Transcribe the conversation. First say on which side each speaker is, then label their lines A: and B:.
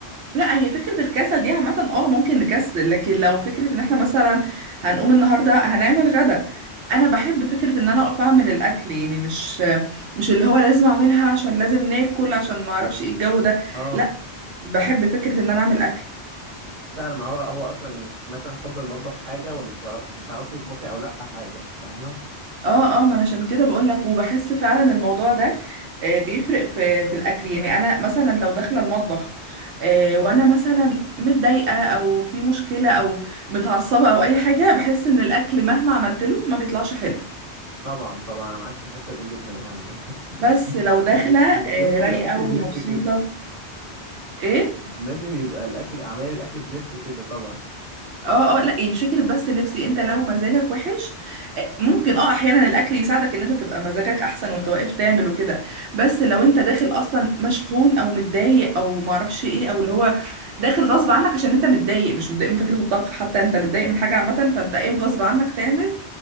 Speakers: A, on the right (about 75°); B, on the right (about 55°).
A: لا هي فكرة الكسل دي عامة اه ممكن نكسل لكن لو فكرة ان احنا مثلا هنقوم النهاردة هنعمل غدا انا بحب فكرة ان انا اقف اعمل الاكل يعني مش مش اللي هو لازم اعملها عشان لازم ناكل عشان ما اعرفش ايه الجو ده
B: اه
A: لا بحب فكرة ان انا اعمل اكل
B: فعلا ما هو هو اصلا مثلا حب المطبخ حاجة وتعرفي تطبخي او لا حاجة فاهمة
A: اه اه ما انا عشان كده بقول لك وبحس فعلا الموضوع ده آه، بيفرق في في الاكل يعني انا مثلا لو داخله المطبخ آه، وانا مثلا متضايقه او في مشكله او متعصبه او اي حاجه بحس ان الاكل مهما عملت له ما بيطلعش حلو
B: طبعا طبعا انا معاك في الحتة دي جدا يعني <laughs>
A: بس لو داخله
B: لازم يبقى
A: آه،
B: لازم
A: رايقه
B: يبقى الاكل
A: ومبسوطه
B: بنفس كده
A: ايه
B: لازم يبقى الاكل اعمال الاكل بنفس كده طبعا
A: اه اه لا إيه، مش فكره بس نفسي انت لو مزاجك وحش آه، ممكن اه احيانا الاكل يساعدك ان انت تبقى مزاجك احسن وانت واقف تعمل وكده بس لو انت داخل اصلا مشحون او متضايق او معرفش ايه او اللي هو داخل غصب عنك عشان انت متضايق مش متضايق من فكره الطبخ حتى انت متضايق من حاجه عامه فانت قايم غصب عنك تعمل